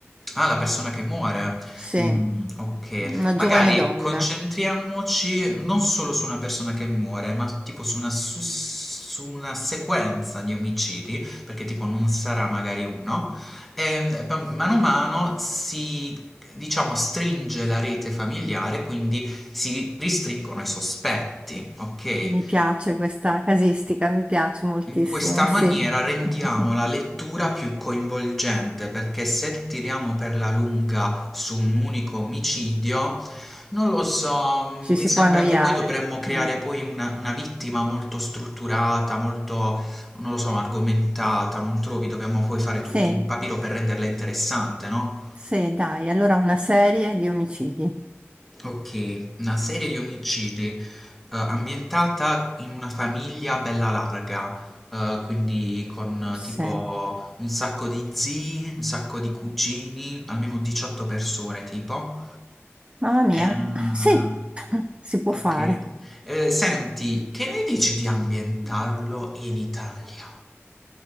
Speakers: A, in the centre; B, on the right.
A: Ah, la persona che muore.
B: Sì,
A: Mm, ok,
B: una
A: magari
B: giovane donna.
A: concentriamoci non solo su una persona che muore, ma tipo su una, su- su una sequenza di omicidi, perché tipo non sarà magari uno, e pa- mano a mano si, diciamo, stringe la rete familiare, quindi si ristringono i sospetti, ok?
B: Mi piace questa casistica, mi piace moltissimo,
A: In questa
B: sì.
A: maniera rendiamo
B: <laughs>
A: la lettura più coinvolgente perché se tiriamo per la lunga su un unico omicidio, non lo so,
B: Ci
A: mi
B: si
A: sembra
B: può annoiare.
A: che poi dovremmo creare
B: Mm.
A: poi una, una vittima molto strutturata, molto, non lo so, argomentata, non trovi? Dobbiamo poi fare tutto
B: Sì,
A: un papiro per renderla interessante, no?
B: sì, dai, allora una serie di omicidi.
A: Ok, una serie di omicidi eh, ambientata in una famiglia bella larga, eh, quindi con eh,
B: Sì.
A: tipo un sacco di zii, un sacco di cugini, almeno 18 persone tipo.
B: Mamma mia,
A: Ehm,
B: <laughs> sì, <laughs> si può
A: ok.
B: fare.
A: Eh, senti, che ne dici di ambientarlo in Italia?